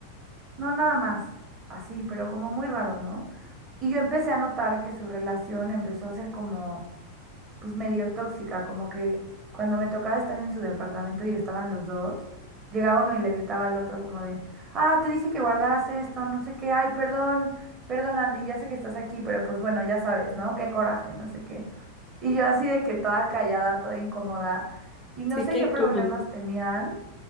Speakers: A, on the right; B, on the left.
A: No, nada más, así, pero como muy raro, ¿no? Y yo empecé a notar que su relación empezó a ser como pues medio tóxica, como que cuando me tocaba estar en su departamento y estaban los dos, llegaba uno y le gritaba al otro como de, ah, te dije que guardaras esto, no sé qué, ay, perdón, perdón Andy, ya sé que estás aquí, pero pues bueno, ya sabes, ¿no? Qué coraje, no sé qué. Y yo así de que toda callada, toda incómoda, y no
B: Sí,
A: sé
B: qué
A: qué
B: incómodo.
A: problemas tenían,